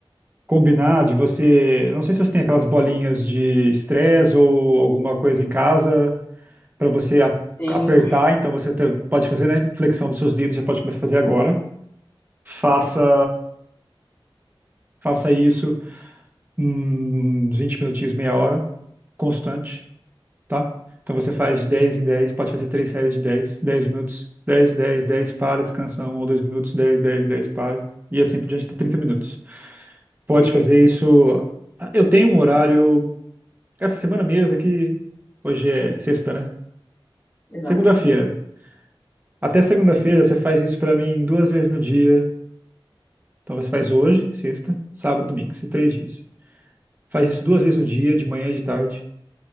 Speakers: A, on the right; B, on the left.
A: combinar de você. eu Não sei se você tem aquelas bolinhas de estresse ou alguma coisa em casa pra você a-
B: Tenho,
A: apertar, então você até pode fazer, né? Flexão dos seus dedos, já pode começar a fazer agora.
B: certo,
A: Faça, faça isso uns 20 minutinhos, meia hora, constante. tá? Então você faz 10 em 10 pode fazer três séries de 10 10 minutos, 10 10 10 para, descansa um ou dois minutos, 10 10 10 para, e assim por diante, até 30 minutos. Pode
B: beleza,
A: fazer isso. ah, Eu tenho um horário, essa semana mesmo, aqui, hoje é sexta, né?
B: exato.
A: Segunda-feira. Até segunda-feira você faz isso pra mim duas vezes no dia. Então você faz hoje, sexta, sábado, domingo, esses três dias. Faz isso duas vezes no dia, de manhã e de tarde.